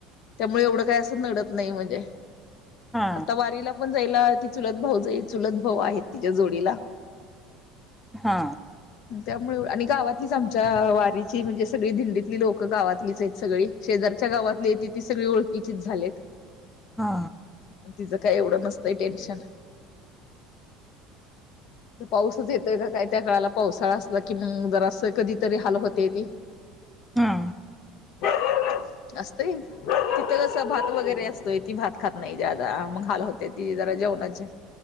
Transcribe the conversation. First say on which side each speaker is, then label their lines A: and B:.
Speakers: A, on the left; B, in the centre.
A: त्यामुळे एवढं काही असं नडत नाही म्हणजे..
B: हा
A: आता वारीला पण जायला ती चुलत भाऊजइ, चुलत भाऊ आहेत. तिच्या जोडीला.
B: हा.
A: त्यामुळे आणि गावातलीच आमच्या वारीची म्हणजे सगळी दिंडीतली लोकं गावातलीच आहेत सगळी शेजार आच्या गावातली येते ती सगळी ओळखीचीच झालेत.
B: हा.
A: तिचं काय एवढं नसतय टेन्शन. पाऊसच येतोय का काय त्या काळाला पावसाळा असला कि मग जरासं कधीतरी हाल होत्याती.
B: हा.
A: <unintelligible> असतंय तिथं कसं भात वगैरे असतोय ती भात खात नाही ज्यादा मग हाल होतेती जरा जेवणाचे